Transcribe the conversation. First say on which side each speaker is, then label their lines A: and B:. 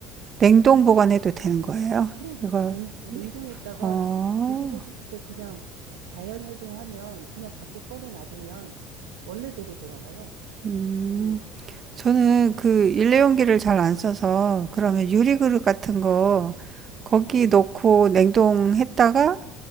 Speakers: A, on the right; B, on the right.
A: 냉동 보관해도 되는 거예요?
B: 그럼요.
A: 이걸,
B: 냉, 냉동했다가
A: 어,
B: 드시고 싶을 때 그냥 자연 해동하면 그냥 밖에 꺼내 놔두면 원래대로 돌아가요.
A: 음.
B: 예.
A: 저는 그 일회용기를 잘 안 써서 그러면
B: 아, 네.
A: 유리그릇 같은 거 거기 넣고 냉동했다가